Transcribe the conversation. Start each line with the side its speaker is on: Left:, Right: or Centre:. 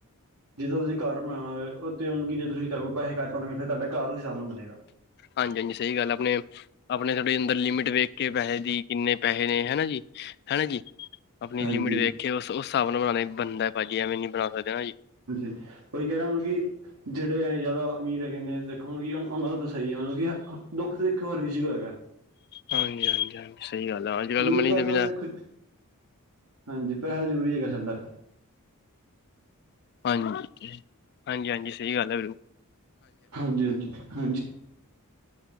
Right: ਜਿੱਦਾਂ ਤੁਸੀਂ ਘਰ ਬਣਾਣਾ ਹੋਵੇ <unintelligible> ਕਿ ਜੇ ਤੁਸੀਂ ਕੈ ਲੋ ਪੈਸੇ ਘੱਟ ਹੋਣੇਗੇ ਫਿਰ ਤੁਹਾਡਾ ਘਰ ਉਸ ਹਿਸਾਬ ਨਾਲ ਬਣੇਗਾ
Left: ਹਾਂਜੀ-ਹਾਂਜੀ ਸਈ ਗੱਲ ਆਪਣੇ ਆਪਣੇ ਥੋੜੀ ਅੰਦਰ ਲਿਮਿਟ ਵੇਖ ਕੇ ਪੈਸੇ ਦੀ ਕਿੰਨੇ ਪੈਸੇ ਨੇ ਹਨਾ ਜੀ ਹਨਾ ਜੀ। ਆਪਣੀਲਿਮਿਟ
Right: ਹਾਂਜੀ
Left: ਵੇਖ ਕੇ ਉਸ ਹਿਸਾਬ ਨਾਲ ਬਣਾਣਾ ਈ ਬਣਦੈ ਪਾਜੀ ਜੀ ਐਵੇਂ ਨੀ ਬਣਾ ਸਕਦੇ ਨਾ ਜੀ।
Right: ਉਹੀ ਕੈ ਰਾ ਹੁਣ ਕੀ ਜੇੜ੍ਹੇ ਜਾਦਾ ਅਮੀਰ ਹੈਗੇ ਨੇ ਦੇਖੋ ਕੀ ਹੁਣ ਓਨਾਂ ਦਾ ਤਾਂ ਸਈ ਆ ਮਤਲਬ ਕਿ ਦੁੱਖ ਤਾਂ ਦੇਖੋ ਹਰ ਕਿਸੀ ਕੋਲ ਹੈਗਾ
Left: ਹਾਂਜੀ-ਹਾਂਜੀ-ਹਾਂਜੀ ਸਈ ਗੱਲ ਆ ਅੱਜ ਕੱਲ੍ਹ
Right: ਮਤਲਬ
Left: ਮਨੀ
Right: ਕਿ ਪੈਸਾ
Left: ਦੇ ਬਿਨਾਂ
Right: ਤਾਂ ਦੇਖੋ ਹਾਂਜੀ ਪੈਸਾ ਜ਼ਰੂਰੀ ਹੈਗਾ ਸਾਡਾ।
Left: ਹਾਂਜੀ-ਹਾਂਜੀ-ਹਾਂਜੀ ਸਈ ਗੱਲ ਐ ਬਿਲ
Right: ਹਾਂਜੀ-ਹਾਂਜੀ-ਹਾਂਜੀ